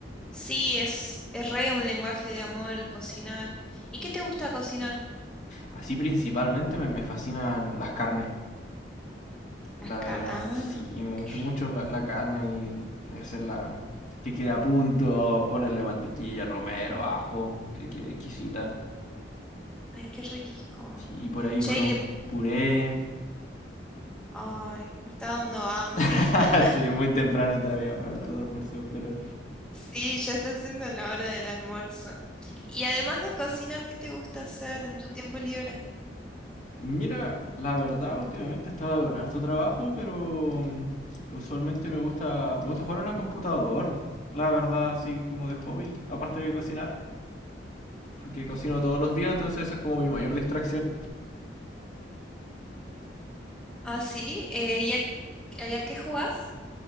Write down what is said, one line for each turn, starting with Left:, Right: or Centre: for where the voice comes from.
Centre: Sí, es, es re un lenguaje de amor el cocinar. ¿Y qué te gusta cocinar?
Left: Así principalmente me, me fascinan las carnes,
Centre: Las
Left: la verdad.
Centre: carnes. Ah,
Left: Sí, mucho,
Centre: qué
Left: mucho
Centre: rico.
Left: la, la carne y hacerla que quede a punto, ponerle mantequilla, romero, ajo, que quede exquisita.
Centre: Ay, qué rico.
Left: Sí, y por ahí
Centre: Che,
Left: con un
Centre: y le-
Left: puré.
Centre: Ay, me está dando hambre.
Left: <laughs>
Centre: <laughs>
Left: Sí, es muy temprano todavía para hablar de almuerzo, pero
Centre: Sí, ya está siendo la hora del almuerzo. Y además de cocinar, ¿qué te gusta hacer en tu tiempo libre?
Left: Mira, la verdad, últimamente estaba con harto trabajo, pero mm, usualmente me gusta, me gusta jugar en el computador. La verdad, así como de hobby, aparte de cocinar, porque cocino todos los días, entonces esa es como mi mayor distracción.
Centre: Ah, sí. Eh, ¿y a, y a qué jugás?